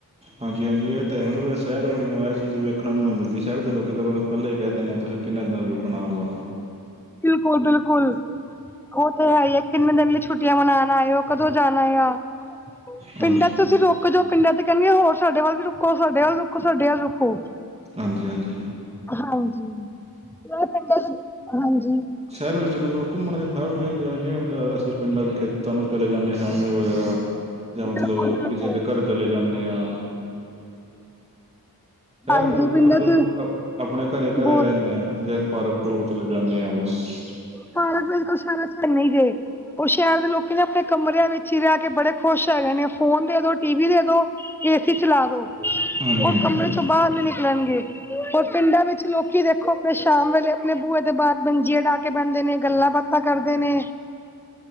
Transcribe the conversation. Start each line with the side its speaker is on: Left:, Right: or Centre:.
Right: ਹਾਂਜੀ-ਹਾਂਜੀ ਐ ਤਾਂ ਹੈ ਸ਼ੈਰ ਵੱਲੋਂ ਐ ਚੀਜ਼ ਵੇਖਣ ਨੂੰ ਨੀ ਮਿਲਦੀ, ਸ਼ੈਰ ਦੇ ਲੋਕੀ ਤਾਂ ਪੈਲੇ ਈ ਕੈ ਦਿੰਦੇ ਤੁਸੀਂ ਕਿੰਨੇ ਦਿਨ ਰੁਕਣਾ ਵਾ।
Centre: ਬਿਲਕੁਲ-ਬਿਲਕੁਲ ਓ ਤੇ ਹੈ ਈ ਏ। ਕਿੰਨੇ ਦਿਨ ਲਈ ਛੁੱਟੀਆਂ ਮਨਾਣ ਆ ਓ, ਕਦੋਂ ਜਾਣਾ ਆ
Right: ਹਾਂਜੀ
Centre: ਪਿੰਡਾਂ ਚ ਤੁਸੀਂ ਰੁਕ ਜੋ ਪਿੰਡਾਂ ਚ ਕਹਿਨੀਆਂ, ਹੋਰ ਸਾਡੇ ਵੱਲ ਵੀ ਰੁਕੋ, ਸਾਡੇ ਵੱਲ ਰੁਕੋ, ਸਾਡੇ ਵੱਲ ਵੀ ਰੁਕੋ।
Right: ਹਾਂਜੀ-ਹਾਂਜੀ।
Centre: ਹਾਂਜੀ, ਆ ਪਿੰਡਾਂ 'ਚ ਹਾਂਜੀ।
Right: ਸ਼ਹਿਰ ਵਿੱਚ ਮਲਬ ਘੁੰਮਣ ਦੇ ਕਾਫੀ ਦਿਨ ਤੋਂ ਪਿੰਡੌਂ ਅਸੀਂ ਪਿੰਡਾਂ ਦੇ ਖੇਤਾਂ ਨੂੰ ਚਲੇ ਜਾਂਦੇ ਆਂ ਸ਼ਾਮੀ ਵਗੈਰਾ। ਜਾਂ
Centre: ਬਿਲਕੁਲ
Right: ਮਤਲਬ
Centre: ਬਿਲਕੁਲ
Right: ਕਿਸੇ ਦੇ ਘਰ ਚਲੇ ਜਾਨੇ ਆ। ਸ਼ੈਰ
Centre: ਹਾਂਜੀ
Right: ਦੇ ਲੋਕੀ
Centre: ਪਿੰਡਾਂ
Right: ਤਾਂ ਮਤਲਬ
Centre: ਚ
Right: ਆਪਣੇ ਘਰੇ
Centre: ਬਹੁਤ
Right: ਘਰੇ ਰੈਨੇ ਆਂ, ਜਾਂ ਪਾਰਕ ਪੂਰਕ ਚਲੇ ਜਾਨੇ ਆਂ। ਹ <inaudible>
Centre: ਪਾਰਕ ਅਜਕਲ ਸ਼ੈਰਾਂ 'ਚ ਹੈ ਨੀ ਜੇ, ਓ ਸ਼ੈਰ ਦੇ ਲੋਕੀ ਨਾ ਆਪਣੇ ਕਮਰਿਆਂ ਵਿੱਚ ਵਿੱਚ ਈ ਰੇ ਕੇ ਬੜੇ ਖੁਸ਼ ਹੈਗੇ ਨੇ। ਫੋਨ ਦੇ ਦੋ, ਟੀ ਵੀ ਦੇ ਦੋ, ਏਸੀ ਚਲਾ ਦੋ।
Right: ਹਾਂਜੀ
Centre: ਓ
Right: ਹਾਂਜੀ
Centre: ਕਮਰੇ
Right: ਬਹੁਤ
Centre: 'ਚੋਂ ਬਾਰ ਨੀ ਨਿਕਲਣਗੇ, ਹੋਰ ਪਿੰਡਾਂ ਵਿੱਚ ਲੋਕੀ ਦੇਖ ਦੇਖੋ, ਆਪਣੇ ਸ਼ਾਮ ਵੇਲੇ ਆਪਣੇ ਬੂਏ ਦੇ ਬਾਰ ਮੰਜੀਆਂ ਡਾ ਕੇ ਬੈਂਦੇ ਨੇ। ਗੱਲਾਂ-ਬਾਤਾਂ ਕਰਦੇ ਨੇ।